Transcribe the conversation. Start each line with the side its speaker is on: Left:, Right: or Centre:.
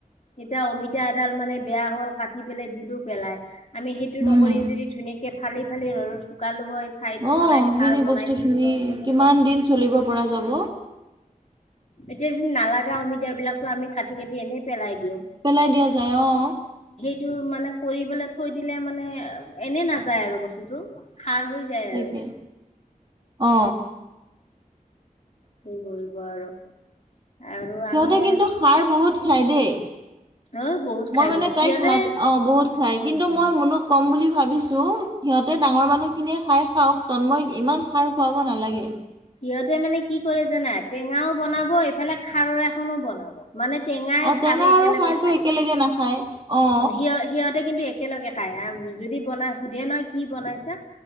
Left: এতিয়া অমিতা এডাল মানে বেয়া হ'ল কাটি পেলাই দিলো পেলাই? আমি সেইটো নকৰি
Right: উম
Left: যদি ধুনীয়াকে ফালি ফালি ঘৰত শুকালো হয়। ছাই টো
Right: অ
Left: বনাই খাৰ
Right: সেইখিনি
Left: বনাই
Right: বস্তু
Left: থলো
Right: খিনি
Left: হয় তেনে‌
Right: কিমান দিন চলিব পৰা যাব।
Left: এতিয়া নালাগা অমিতাবিলাক ত আমি কাটি কাতি এনেই পেলাই দিওঁ
Right: পেলাই দিয়া যায় অ।
Left: টো মানে কৰি পেলাই থৈ দিলে মানে এনেই নাযায় আৰু বস্তুতটো? খাৰ হৈ যায়
Right: তাকে
Left: আৰু।
Right: অ
Left: কি কৰিব আৰু। আৰু
Right: সিহঁতে
Left: আমি
Right: কিন্তু শাৰ বহুত খায় দেই।
Left: অ বহুত খাই
Right: মই মানে
Left: বহুত
Right: তাইক
Left: সিহঁতে
Right: মাজ অ বহুত খাই
Left: উম
Right: কিন্তু মই মোনোক কম বুলি ভাব। ভাবিছো সিহঁতে ডাঙৰ মানুহখিনিয়ে খাই খাওক তন্ময় ইমান শাৰ খুৱাব নালাগে।
Left: সিহঁতে মানে কি কৰে জানাই টেঙাও বনাব এইফালে খাৰৰ এখনো বনাব। মানে টেঙাই
Right: অ
Left: খাৰে
Right: টেঙা
Left: একেলগে
Right: আৰু খাৰটো
Left: খায়
Right: একেলগে নাখায় অ
Left: সিহ সিহঁতে কিন্তু। একেলগে খাই আৰু যদি বনাই সুধে নহয় কি বনাইছা?